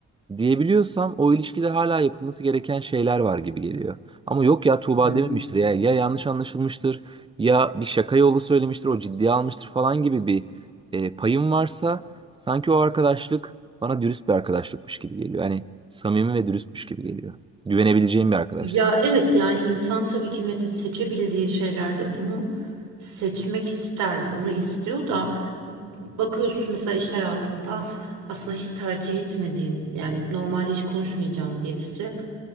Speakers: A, on the right (about 15°); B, on the right (about 90°).
A: diyebiliyorsam o ilişkide hala yapılması gereken şeyler var gibi geliyor. Ama yok ya Tuğba
B: Hı.
A: dememiştir ya, ya yanlış anlaşılmıştır ya bir şaka yolu söylemiştir o ciddiye almıştır falan gibi bir e, payım varsa sanki o arkadaşlık bana dürüst bir arkadaşlıkmış gibi geliyor. Yani samimi ve dürüstmüş gibi geliyor. Güvenebileceğim bir arkadaşlık.
B: Ya evet yani insan tabii ki mesela seçebildiği şeylerde bunu seçmek ister, bunu istiyor da bakıyorsun mesela iş hayatında aslında hiç tercih etmediğin yani normalde hiç konuşmayacağın birisi